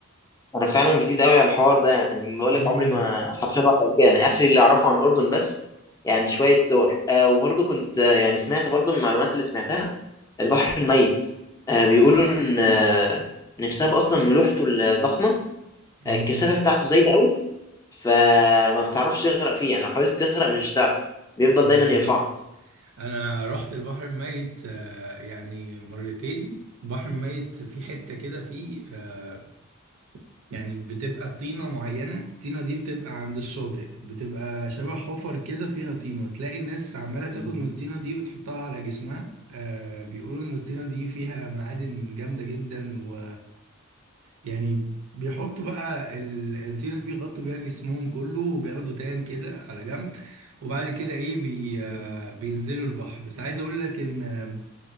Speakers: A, on the left; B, on the right.
A: انا فعلا جديد قوي على الحوار ده يعني بقول
B: امم
A: لك عمري ما حرفيا رحت قبل كده انا اخري اللي اعرفه عن الاردن بس يعني شويه صور آه وبرضه كنت آه يعني سمعت برضه من المعلومات اللي سمعتها البحر الميت آه بيقولوا ان آه ان بسبب اصلا ملوحته الضخمه آه
B: امم
A: الكثافه بتاعته زايده قوي فما بتعرفش تغرق فيه يعني لو حاولت تغرق مش هتعرف بيفضل
B: بالظبط
A: دايما يرفعك
B: انا رحت البحر الميت آه، يعني مرتين البحر الميت في حتة كده فيه آه، يعني بتبقى طينة معينة الطينة دي بتبقى عند الشاطئ بتبقى شبه حفر كده فيها طينة تلاقي الناس عمالة تاخد
A: مم.
B: من الطينة دي بتحطها على جسمها آه، بيقولوا ان الطينة دي فيها معادن جامدة جدا و يعني بيحطوا بقى ال- الطينة دي بيغطوا بيها جسمهم كله وبياخدوا تان كده على جنب وبعد كده ايه بي آه،
A: مم.
B: بينزلوا البحر بس عايز اقول لك ان آه،